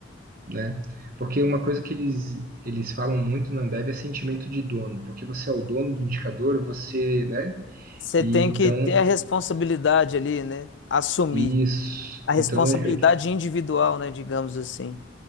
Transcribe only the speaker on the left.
Você
tem
que ter a responsabilidade ali, né? Assumir.
A responsabilidade
individual, né? Digamos assim.